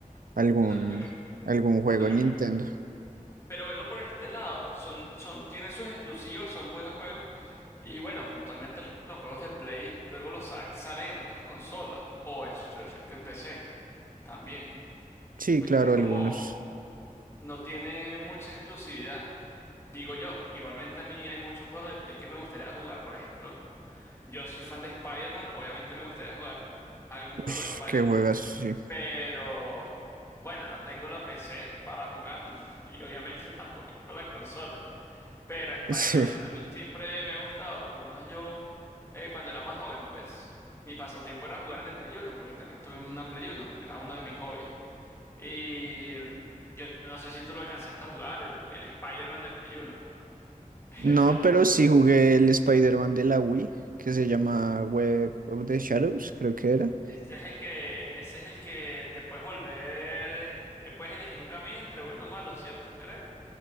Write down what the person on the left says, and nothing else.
Lo que,
lo
que,
pero velo por este lado, son, son, tienen sus exclusivos, son buenos juegos. Y bueno, puntualmente los juegos de Play luego los sa- salen en otras consolas o en su defecto en PC también.
Es como
no tiene mucha exclusividad, digo yo. Igualmente a mí hay muchos juegos de Play que me gustaría jugar, por ejemplo. Yo soy fan de Spider-Man, obviamente me gustaría jugar algún
juego de Spider-Man,
pero bueno, no tengo la PC para jugarlo <laughs> y obviamente tampoco la consola. Pero Spider-Man
a mí siempre me ha gustado, por lo menos yo eh, cuando era más joven, pues mi pasatiempo era jugar en el Play uno, porque también tuve una Play uno, era uno de mis hobbies. Y yo no sé si tú lo alcanzaste a jugar, el, el Spider-Man de Play uno. <laughs>
Era-
Ese es el que, ese es el que te puedes volver, eh, puedes elegir un camino entre bueno o malo, ¿cierto? Creo.